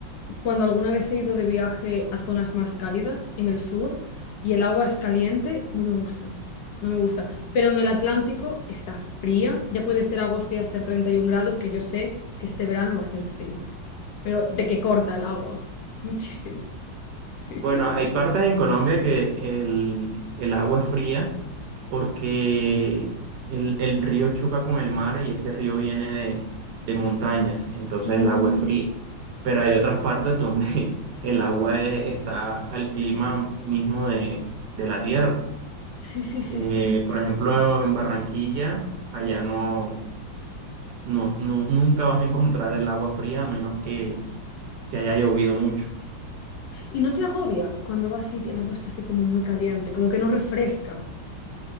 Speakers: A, on the left (about 75°); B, on the right (about 70°).
A: cuando alguna vez he ido de viaje a zonas más cálidas en el sur y el agua es caliente, no me gusta. No me gusta. Pero en el Atlántico está fría. Ya puede ser agosto y hacer 31 grados, que yo sé que este verano va a hacer frío. Pero de que corta el agua. Muchísimo. Sí, sí,
B: Bueno,
A: sí,
B: hay
A: sí.
B: partes en Colombia que el, el agua es fría porque el, el río choca con el mar y ese río viene de, de montañas, entonces
A: Mm,
B: el agua es fría. Pero hay otras partes donde <laughs> el agua e- está al clima mismo de, de la tierra.
A: sí, sí, sí,
B: Eh,
A: sí.
B: por ejemplo, en Barranquilla, allá no, no, no, nunca vas a encontrar el agua fría a menos que, que haya llovido mucho.
A: ¿Y no te agobia cuando vas y el agua está así como muy caliente, como que no refresca?